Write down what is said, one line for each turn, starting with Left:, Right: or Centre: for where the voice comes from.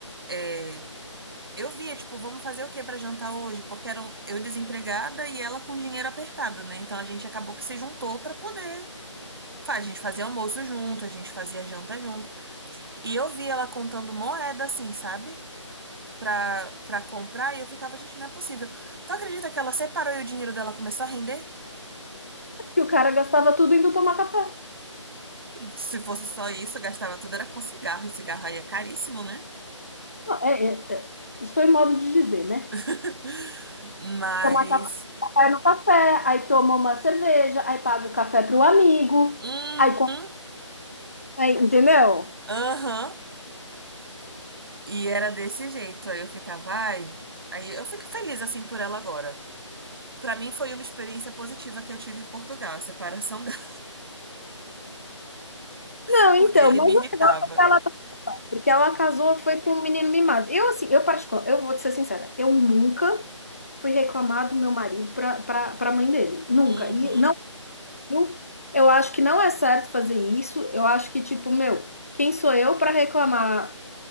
Right: é, Eu via, tipo, vamos fazer o que pra jantar hoje? Porque eram eu desempregada e ela com dinheiro apertado, né? Então a gente acabou que se juntou pra poder Faz, a gente fazia almoço junto, a gente fazia janta junto. E eu vi ela contando moeda assim, sabe? Pra, pra comprar, e eu ficava, gente, não é possível. Tu acredita que ela separou e o dinheiro dela começou a render?
Left: E o cara gastava tudo indo tomar café.
Right: Se fosse só isso, eu gastava tudo, era com cigarro, e cigarro aí é caríssimo, né?
Left: Não, é, é, é. Isso foi modo de dizer, né?
Right: <laughs> Mas.
Left: Tomar café no café, aí toma uma cerveja, aí paga o café pro amigo,
Right: Uhum,
Left: aí compra, aí, entendeu?
Right: aham. E era desse jeito. Aí eu ficava, ai. Aí eu fico feliz assim por ela agora. Pra mim foi uma experiência positiva que eu tive em Portugal, a separação dela, <laughs>
Left: Não,
Right: porque
Left: então,
Right: ele
Left: mas
Right: me
Left: o
Right: irritava.
Left: negócio é que ela Porque ela casou, foi com um menino mimado. Eu, assim, eu particular, eu vou te ser sincera, eu nunca fui reclamar do meu marido pra, pra, pra mãe dele. Nunca.
Right: Uhum,
Left: E não, eu, eu acho que não é certo fazer isso. Eu acho que, tipo, meu, quem sou eu pra reclamar